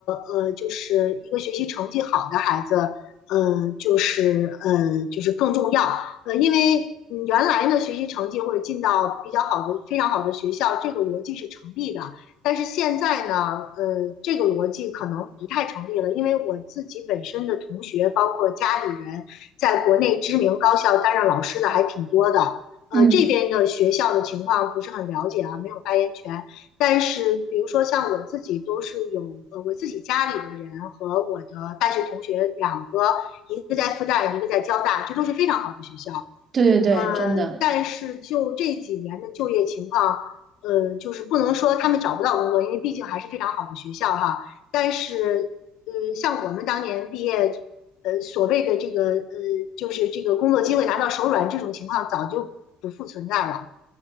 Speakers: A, on the left; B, on the right.
A: 呃，就是一个学习成绩好的孩子，呃，就是呃，就是更重要。呃，因为嗯原来呢学习成绩或者进到比较好的、非常好的学校，这个逻辑是成立的。但是现在呢，呃，这个逻辑可能不太成立了，因为我自己本身的同学，包括家里人，在国内知名高校担任老师的还挺多的。呃，
B: 嗯，
A: 这边的学校的情况不是很了解啊，没有发言权。但是，比如说像我自己都是有，呃，我自己家里的人和我的大学同学两个，一个在复旦，一个在交大，这都是非常好的学校。
B: 对对对，
A: 呃，
B: 真的。
A: 但是就这几年的就业情况，呃，就是不能说他们找不到工作，因为毕竟还是非常好的学校哈。但是，呃，像我们当年毕业，呃，所谓的这个，呃，就是这个工作机会拿到手软这种情况，早就不复存在了。